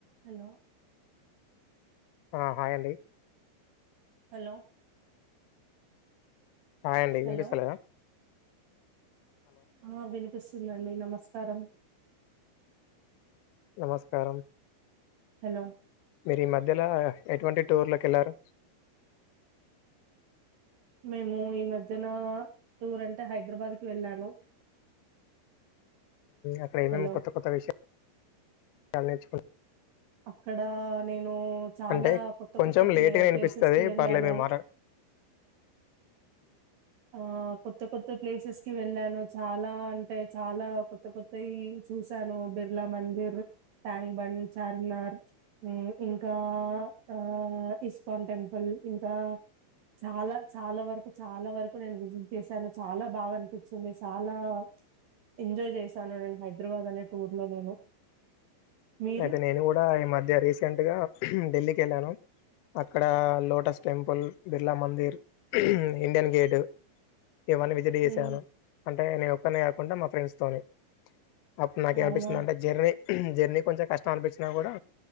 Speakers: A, on the right (about 60°); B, on the left (about 90°).
A: Hello
B: ఆ hi అండి
A: hello
B: hi అండి
A: హలో
B: వినిపిస్తలేద
A: ఆ వినిపి స్తుందండి నమస్కారం
B: నమస్కారం
A: హలో
B: మీరు ఈ మధ్యలో ఎటువంటి టూర్లకి వెళ్లారు
A: మేము ఈ మధ్ జన టూర్ అంటే హైదరాబాద్ వెళ్ళాను
B: అక్కడ ఏమేం
A: హలో
B: కొత్త కొత్త విషయం చాలా నేర్చుకో
A: అక్కడ నేను చాలా
B: అంటే
A: కొత్త
B: కొంచెం
A: కొత్త ప్లే
B: లేట్గా వినిపిస్తుంది
A: ప్లేసెస్ కి వెళ్ళాను
B: పర్లేదే మాట్లాడు
A: ఆ కొత్త కొత్త ప్లేసెస్ కి వెళ్ళాను చాలా అంటే చాలా కొత్త కొత్త చూసాను బిర్లా మందిర్ ట్యాంక్ బండ్ చార్మినార్ ఇంకా ఆ ఇస్కాన్ టెంపుల్ ఇంకా చాలా చాలా వరకు చాలా వరకు నేను విజిట్ చేశాను చాలా బాగా అనిపించింది చాలా ఎంజాయ్ చేశాను నేను హైదరాబాద్ అనే టూర్ లో నేను మీరు
B: అయితే నేను కూడా ఈ మధ్య రీసెంట్ గా ఢిల్లీ కి కెళ్ళాను అక్కడ lotus temple Birla Mandir Indian gate ఇవన్ని విజిట్ చేశాను
A: హ్మ్.
B: అంటే నేను ఒక్కన్నే కాకుండా మా ఫ్రెండ్స్ తోని అప్పుడు నాకేమనిపిస్తుంది
A: అవునా
B: అంటే జర్నీ జన్ని కొంచెం కష్టం అనిపించినా కూడా